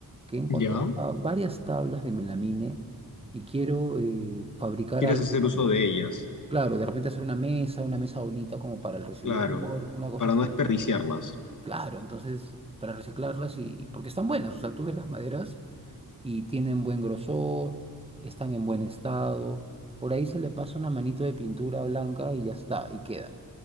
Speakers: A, on the right; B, on the left.
A: que he encontrado
B: ya.
A: acá varias tablas de melamine y quiero eh, fabricar
B: Quieres
A: algo
B: hacer
A: con
B: uso
A: él.
B: de ellas,
A: Claro, de repente hacer una mesa, una mesa bonita como para el recibidor,
B: claro,
A: una cosa
B: para
A: así.
B: no desperdiciarlas.
A: Claro, entonces para reciclarlas y porque están buenas, o sea, tú ves las maderas y tienen buen grosor, están en buen estado. Por ahí se le pasa una manito de pintura blanca y ya está, y queda.